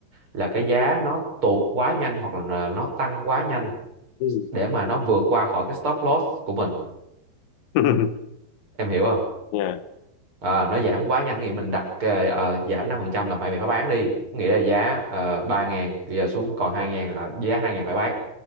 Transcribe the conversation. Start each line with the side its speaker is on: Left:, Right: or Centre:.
Right: là cái giá nó tụt quá nhanh hoặc là nó tăng quá nhanh
Left: ừ.
Right: để mà nó vượt qua khỏi cái stop loss của mình
Left: <laughs>
Right: em hiểu không
Left: yeah.
Right: à, nó giảm quá nhanh nghĩa mình đặt ờ, ờ, giảm 5% là phải mày phải bán đi nghĩa là giá uh, 3.000 bây giờ xuống còn hai ngàn là giá hai ngàn phải bán